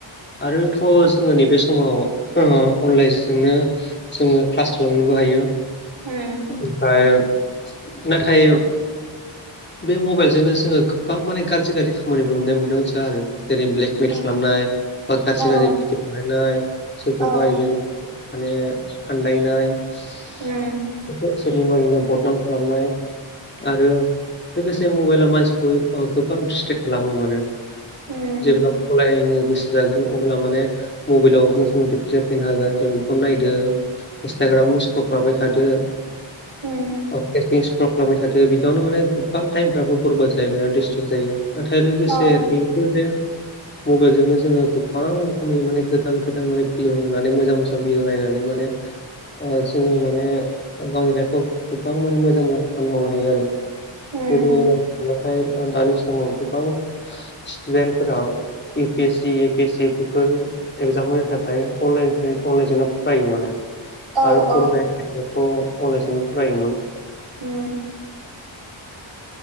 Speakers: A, on the left; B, on the right.
A: आरोथ' जोङो नैबे समाव ओ अनलाइनजोंनो जोङो क्लास खालामनोबो हायो।
B: होम
A: ओमफ्राय नाथाय बे मबाइलजोंनो जोङो गोबां माने गाज्रि गाज्रि खामानिबो नुनो मोनदों जा आरो जेरै ब्लेकमल
B: होम
A: खालामनाय बा गाज्रि
B: औ
A: गाज्रि भिडिअ बानायनाय सोरखौबा
B: औ
A: एदिनो माने फानदायनाय सोरनिबा
B: उम
A: ओरैनो बदनाम खालामनाय आरो लोगोसे मबाइला मानसिखौ अ गोबां डिसट्रेक खालामो माने
B: उम
A: जेब्ला फराय यनो गोसो जागोन अब्ला माने मबाइलाव <unintelligible> जाफिननो होगोन जों बेखौ नायदो इन्सटाग्रामाव स्क्रल खालामबाय थादो
B: उम
A: <unintelligible> स्ख्रल खालामबाय थादो बिदियावनो माने गोबां टाइमफ्राबो बरबाद जायोमोन डिसट्रेक जायो। नाथाय लोगोसे
B: औ
A: नै बेफोर जे मबाइल जोंनो जोङो गोबां रोखोमनि माने गोदान गोदाने भिडअ नुनानै मोजांबो भिडअ नायनानै माने ओ जोङो माने गावनि लाइफआव गोबां माने मोजां मोजां खामानि मावनो हायो आरो
B: उम
A: जेरै <unintelligible> दानि समाव गोबां स्टुदेन्टफोरा U P S C A P S C before exam होनो थाखाय अनलाइनफ्राय अनलाइनजोंनो फरायो माने
B: औ
A: आरो
B: औ
A: <unintelligible> ' अनलाइसोनो फरायोमोन
B: उम